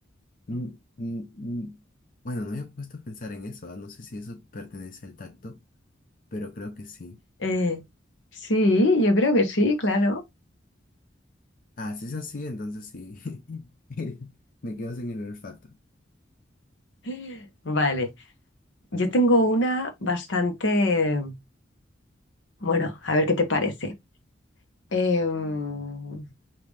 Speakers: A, on the left (about 45°); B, on the left (about 75°).
A: Mm, mm, mm. Bueno, no había puesto a pensar en eso, ah, No sé si eso pertenece al tacto, pero creo que sí.
B: Eh, Sí, yo creo que sí, claro.
A: Ah, si es así, entonces sí. <laughs> Me quedo sin el olfato.
B: <laughs> vale. Yo tengo una bastante, bueno, a ver qué te parece. Em,